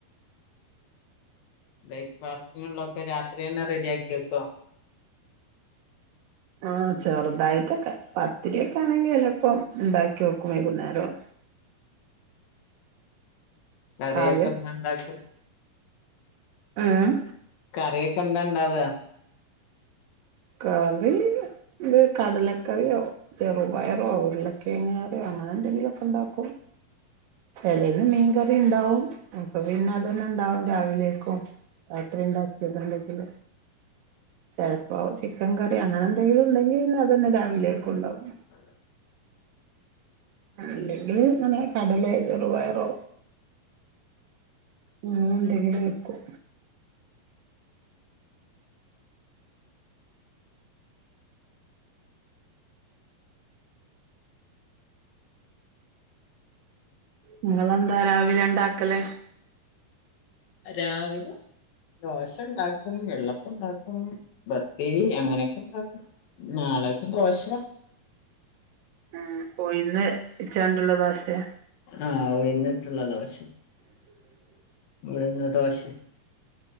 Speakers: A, on the left (about 75°); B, on the right (about 75°).
A: ബ്രേക്ക്ഫാസ്റ്റിനുള്ളോക്കെ രാത്രി തന്നെ റെഡിയാക്കിക്കോ
B: ആഹ് ചെറ്തായിട്ടൊക്കെ പത്തിരിയൊക്കെ ആണെങ്കി ചെലപ്പം ഇണ്ടാക്കി വെക്കും വൈകുന്നേരം
A: കറിയൊക്കെ
B: കാവ്യം
A: എന്താ ഉണ്ടാക്കല്
B: ഉം
A: കറിയൊക്കെ എന്താണ്ടാവ
B: കറി ത് കടലക്കറ്യോ ചെറുപയറോ ഉറ്ളക്കേങ്ങ് കറ്യോ അങ്ങനെന്തെങ്കിലൊക്കെ ഇണ്ടാക്കും ചെലേന്ന് മീൻകറിണ്ടാവും അപ്പൊ പിന്നെ അതന്നെണ്ടാവും രാവിലേക്കും രാത്രി ഇണ്ടാക്കിത്ണ്ടെങ്കില് ചെലപ്പോ ചിക്കൻ കറി അങ്ങനെ എന്തേലും ഇണ്ടെങ്കില് പിന്നെ അതെന്നെ രാവിലേക്കും ഇണ്ടാവും
A: ആ
B: അല്ലെങ്കില് ഇങ്ങനെ കടലേ ചെറ്പയറോ അങ്ങനെന്തെങ്കിലും വെക്കും നിങ്ങളെന്താ രാവിലെ ഇണ്ടാക്കല്
A: രാവിലെ ദോശണ്ടാക്കും വെള്ളപ്പണ്ടാക്കും പത്തിരി അങ്ങനെയൊക്കെ ഇണ്ടാക്കും നാളക്ക് ദോശ
B: മ്മ് ഉഴുന്ന് വെച്ചാണ്ട്ള്ള ദോശേ
A: ആഹ് ഉഴുന്ന്ട്ട്ള്ള ദോശ ഉഴുന്ന് ദോശ